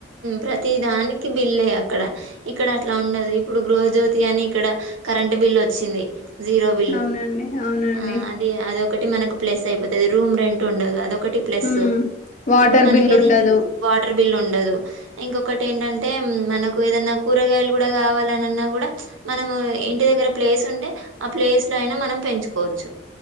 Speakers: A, on the right (about 85°); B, on the left (about 40°).
A: ప్రతి దానికి బిల్లే అక్కడ ఇక్కడ అట్లా ఉండదు ఇప్పుడు గృహజ్యోతి అని ఇక్కడ కరెంట్ బిల్ వచ్చింది జీరో బిల్లు
B: అవునండి అవునండి
A: ఆ అది అదా ఒకటి మనకు ప్లెస్ అయిపోతది రూమ్ రెంట్ ఉండదు అద ఒకటి ప్లస్
B: ఉమ్ వాటర్
A: ఇప్పుడు మనకి
B: బిల్
A: ఏదిన
B: ఉండదు
A: వాటర్ బిల్ ఉండదు ఇంకొకటి ఏంటంటే మనకు ఏదన్నా కూరగాయలు కూడా కావాలనన్నా కూడా మనము ఇంటి దగ్గర ప్లేస్ ఉంటే ఆ ప్లేస్ లో అయినా మనం పెంచుకోవచ్చు